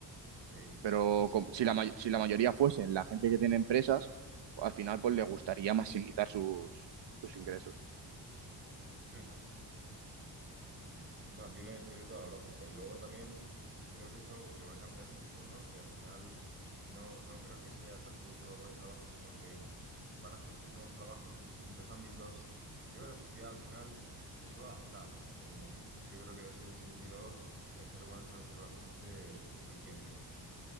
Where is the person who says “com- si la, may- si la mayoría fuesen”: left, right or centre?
Right